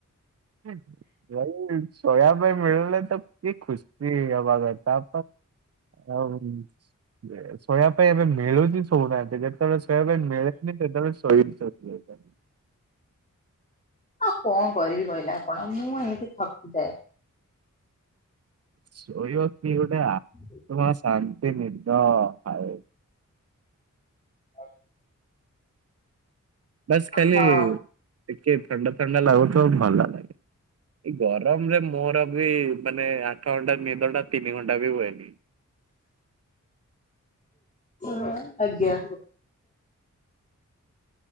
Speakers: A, on the right; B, on the left.
A: ହୁଁ। ଯୋଉ ଶୋଇବା ପାଇଁ ମିଳୁନି ତ ଆପଣ ଖୁସି ହେବା କଥା ଆଉ ଶୋଇବା ପାଇଁ ଏବେ ମିଳୁଛି ଶୋଉନାହାନ୍ତି। ଯେତେବେଳେ ଶୋଇବା ପାଇଁ ମିଳେନି, ସେତେବେଳେ ଶୋଇ ପଡୁଛନ୍ତି।
B: ଆଉ କଣ କରିବି କହିଲେ ଆପଣ? ମୁଁ ଏମିତି ଥକିଯାଏ।
A: ଶୋଇବ କିଏ ଗୋଟେ ଆ
B: ହଁ <inaudible>
A: ପୁରା ଶାନ୍ତି ନିଦ ଆଉ।
B: ହଉ
A: ବାସ୍ ଖାଲି
B: ହଁ
A: ଟିକେ ଥଣ୍ଡା, ଥଣ୍ଡା ଲାଗୁଥିବ ଭଲ। ଏଇ ଗରମ ରେ ମୋର ବି ମାନେ ଆଠ ଘଣ୍ଟା, ନିଦଟା ତିନି ଘଣ୍ଟା ବି ହୁଏନି।
B: ହଁ ଆଜ୍ଞା।